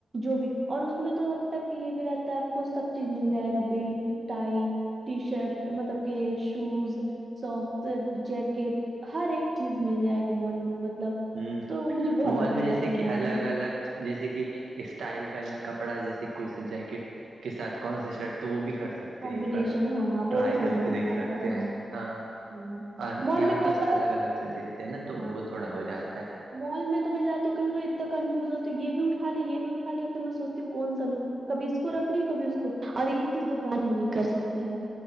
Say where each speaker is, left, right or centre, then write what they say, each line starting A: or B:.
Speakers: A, on the right; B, on the right.
A: جو بھی اور اس میں تو حد تک یہ بھی رہتا ہے آپ کو سب چیز مل جائے گا بلٹ ٹائی ٹی شرٹ مطلب کہ شوز سوکس جیکٹ ہر ایک چیز مل جائے گا مال میں مطلب
B: ہ
A: تو مجھے بہت
B: مال
A: اچھا
B: میں جیسے
A: لگتا ہے
B: کہ
A: مال
B: الگ
A: ہی
B: الگ جیسے کہ اسٹائل کرنا کپڑا جیسے کوئی سا جیکٹ کے ساتھ کون سا شرٹ تو وہ بھی کر سک
A: کمبینیشن
B: ایک بار
A: ہاں وہ
B: ٹرائی
A: بھی سمجھ
B: کر کے
A: میں
B: دیکھ
A: آیا
B: سکتے
A: تھا
B: ہیں ہاں
A: ہاں
B: اور
A: مال
B: یہاں
A: میں کیا
B: پرس
A: ہوتا
B: الگ
A: ہے
B: الگ سے دیکھتے ہیں نا تو
A: ہاں
B: وہ تھوڑا ہو جاتا ہے
A: مال میں تو میں جاتی ہوں کیک اتنا کنفیوز ہو ہے یہ بھی اٹھا لی یہ بھی اٹایا پھر میں سوچتی ہوں کون ساوگ کبھی اس کو رکھ رہی ہے کبھی اس کو اور یہ چیز دکان میں نہیں کر سکتے ہم